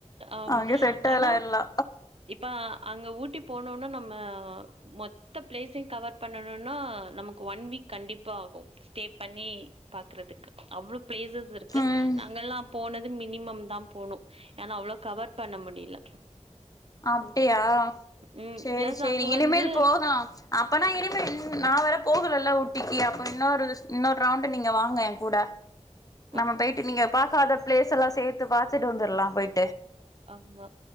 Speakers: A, on the right; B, on the left.
A: ஆமா
B: அங்க செட்டில்
A: ஆனா
B: ஆயிரலா
A: இப்ப அங்க ஊட்டி போனோன்ன நம்ம மொத்த பிளேஸையு கவர் பண்ணணுனா நமக்கு ஒன் வீக் கண்டிப்பா ஆகும் ஸ்டே பண்ணி பாக்கறதுக்கு அவ்ளோ பிளேசஸ் இருக்கு
B: ம்
A: நாங்கல்லா போனது மினிமம் தா போனோ ஏனா அவ்ளோ கவர் பண்ண முடியல
B: அப்டியா
A: ம்
B: சேரி
A: பிளஸ்
B: சேரி
A: அங்க
B: இனிமேல்
A: வந்து
B: போகலா அப்பனா இனிமே நா வேற போகலல்ல ஊட்டிக்கு அப்போ இன்னொரு இன்னொரு ரவுண்டு நீங்க வாங்க ஏ கூட
A: கேட்கவில்லை
B: நம்ம போயிட்டு நீங்க பாக்காத பிளேஸ் எல்லா சேத்து பாத்துட்டு வந்துடலா போயிட்டு
A: ஆமா